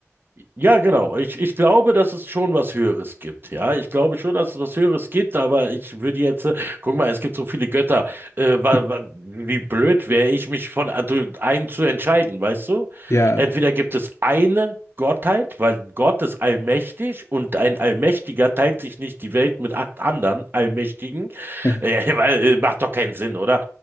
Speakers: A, on the right (about 45°); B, on the left (about 65°).
A: Ja, genau. Ich, ich glaube, dass es schon was Höheres gibt. Ja, ich glaube schon, dass es was Höheres gibt, aber ich würde jetzt, äh, guck mal, es gibt so viele Götter. Äh,
B: <laughs>
A: wa, wa, wie blöd wäre ich, mich von a- du- einem zu entscheiden, weißt du?
B: Ja,
A: Entweder gibt es eine Gottheit, weil Gott ist allmächtig und ein Allmächtiger teilt sich nicht die Welt mit acht anderen Allmächtigen,
B: ja,
A: äh, <laughs> weil äh, macht doch keinen Sinn, oder?